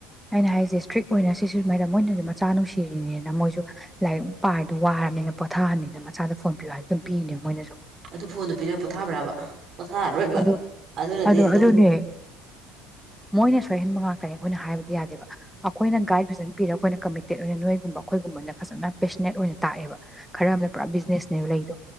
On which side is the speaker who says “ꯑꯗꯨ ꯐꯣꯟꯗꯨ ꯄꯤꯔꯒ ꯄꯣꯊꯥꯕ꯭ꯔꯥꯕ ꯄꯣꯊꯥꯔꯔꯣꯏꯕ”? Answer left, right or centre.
Right